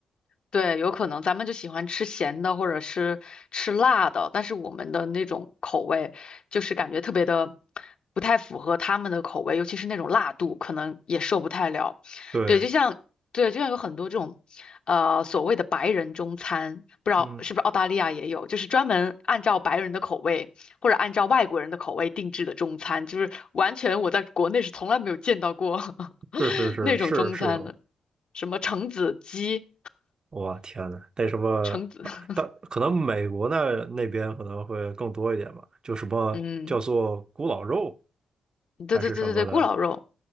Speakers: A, on the left; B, on the right.
A: 对，有可能咱们就喜欢吃咸的或者是吃辣的，但是我们的那种口味就是感觉特别的不太符合他们的口味，尤其是那种辣度，可能也受不太了。
B: 对，
A: 对，就像对，就像有很多这种呃所谓的白人中餐，不知道是不是澳大利亚也有，
B: 嗯，
A: 就是专门按照白人的口味或者按照外国人的口味定制的中餐，就是完全我在国内是从来没有见到过 <laughs>
B: 是是是是是有。
A: 那种中餐的，什么橙子鸡。
B: 哇，天呐，那什么，
A: 橙子，
B: 呃但可能美国那那边可能会更多一点吧，
A: <laughs>
B: 就什么叫做古老肉
A: 嗯，对对对对对，
B: 还是什么的，
A: 咕老肉，